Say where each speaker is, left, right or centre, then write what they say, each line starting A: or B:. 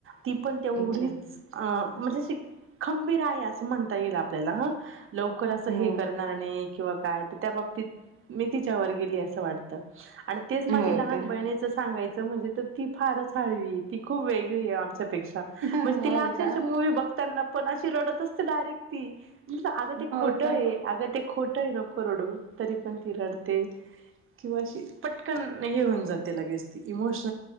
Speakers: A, on the right (about 45°); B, on the right (about 80°).
A: ती पण तेवढीच
B: अच्छा
A: अ म्हणजे अशी खंबीर आहे. असं म्हणता येईल आपल्याला. लवकर असं
B: हो
A: हे. करणार नाही. किंवा काय त त्या बाबतीत मी तिच्यावर गेली आहे असं वाटत. आणि तेच माझी
B: हो
A: लहान
B: का
A: बहिणीच सांगायचं, म्हणजे तर ती फारच हळवी हे ती खूप वेगळी हे आम पेक्षाम्हणजे
B: हो
A: तिला अक्षरश
B: का
A: मुव्ही बघताना पण अशी रडत असते डायरेक्ट ती अगं ते
B: हो
A: खोटं
B: का
A: हे अगं ते खोटं हे नको रोडो तरी पण ती रडते किंवा अशी पटकन हे होऊन जाते लगेच ती इमोश